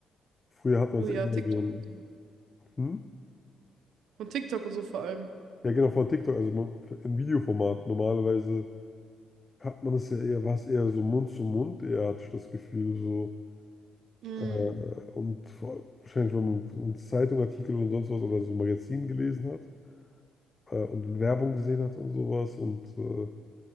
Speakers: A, on the left (about 25°); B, on the right (about 75°).
A: Früher hat man
B: Oh
A: es ja
B: ja,
A: eher
B: TikTok
A: so ein.
B: und so.
A: Hm?
B: Von TikTok und so vor allem.
A: Ja, genau, von TikTok, also man- im Videoformat. Normalerweise hat man es ja eher, war es eher so Mund zu Mund, eher hatte ich das Gefühl, so.
B: Mm.
A: Äh, und vor, wahrscheinlich, wenn man so einen Zeitungartikel und sonst was oder so ein Magazin gelesen hat äh, und Werbung gesehen hat und sowas. Und äh,